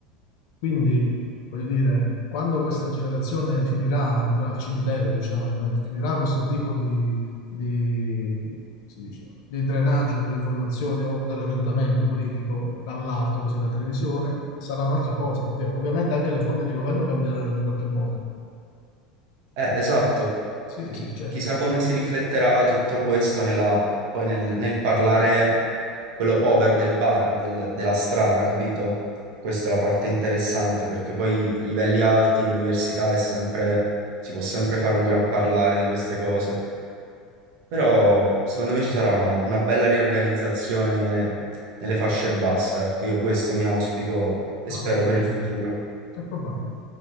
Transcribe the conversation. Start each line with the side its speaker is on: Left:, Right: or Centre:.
Left: Quindi, voglio dire, quando questa generazione finirà, andrà al cimitero, diciamo, e finirà questo tipo di, di, si dice, di drenaggio delle informazioni o, o dell'orientamento politico dall'alto, così dalla televisione, sarà un'altra cosa. Ovvia- ovviamente anche le forme di governo cambieranno in qualche modo.
Right: Eh, esatto.
Left: Sì,
Right: Chi-
Left: sì, certo.
Right: chissà come si rifletterà tutto questo nella- poi nel, nel parlare quello povero del bar, del- della strada, capito? Questa è la parte interessante perché poi a livelli alti in università è sempre, si può sempre fare un gran parlare di queste cose. Però secondo me ci sarà una, una bella riorganizzazione nelle fasce basse, ecco, io questo mi auspico e
Left: Ah,
Right: spero
Left: ok.
Right: per il futuro.
Left: È probabile.